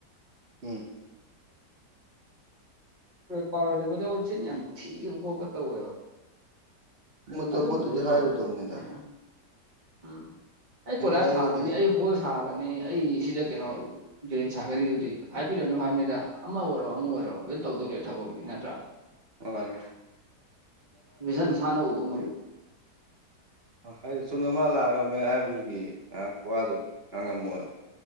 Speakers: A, on the right (about 50°); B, on the right (about 30°).
A: <inaudible>
B: ꯄꯥꯎꯔꯣꯏꯗꯕꯗꯣꯆꯤꯟ ꯌꯥꯝ ꯊꯤꯕ ꯈꯣꯠꯄ ꯇꯧꯋꯦꯕ
A: ꯃꯠꯇ
B: ꯑꯗꯨꯝꯕꯗꯨꯗꯤ
A: ꯄꯗꯤ ꯍ
B: ꯇꯧꯔꯣꯏꯗꯕꯅꯤ
A: ꯍꯥꯏꯔ ꯎꯗꯅꯤꯗ
B: ꯎꯝ ꯑꯩ ꯀꯣꯂꯥꯖ
A: ꯍꯥꯏꯔꯒꯗꯤ
B: ꯁꯥꯒꯅꯤ ꯑꯩ ꯍꯣꯜ ꯁꯥꯒꯅꯤ ꯑꯩ ꯁꯤꯗ ꯀꯩꯅꯣ ꯖꯦꯟ ꯁꯥꯒꯅꯤꯗꯨꯗꯤ ꯍꯥꯏꯕꯤꯔꯛꯅꯨ ꯍꯥꯏꯕꯅꯤꯗ ꯑꯃ ꯑꯣꯏꯔꯣ ꯑꯃ ꯑꯣꯏꯔꯣ ꯂꯣꯏꯅ ꯇꯧꯗꯧꯔꯦ ꯊꯕꯛꯗꯤ ꯅꯠꯇ꯭ꯔꯥ
A: ꯑꯣ
B: ꯖꯟ ꯁꯅ ꯎꯕ ꯃ
A: ꯍꯥꯏꯗꯤ ꯆꯨꯝꯅ ꯑꯃ ꯂꯥꯛꯑꯒꯃꯦ ꯍꯥꯏꯕꯗꯨꯒꯤ ꯉꯥꯏꯍꯥꯛ ꯋꯥꯗꯨ ꯉꯥꯡꯉꯝꯃꯣꯏ